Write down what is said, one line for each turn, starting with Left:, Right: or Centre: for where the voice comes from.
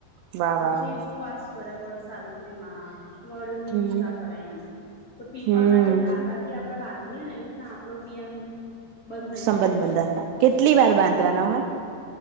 Right: વાહ
Left: પછી
Right: વાહ
Left: ઉપવાસ કર્યો વડ સાવિત્રી માં વડ ની
Right: હમ
Left: પૂજા કરે એમ તો પીપળના
Right: હમ
Left: જે ધાગા થી આપડે બાંધીએે ને એ. ના આપડો બી એમ. બંધાઈ
Right: સંબંધ
Left: રહે એમ
Right: બંધા કેટલી વાર બાંધવાના
Left: હમ
Right: હોય.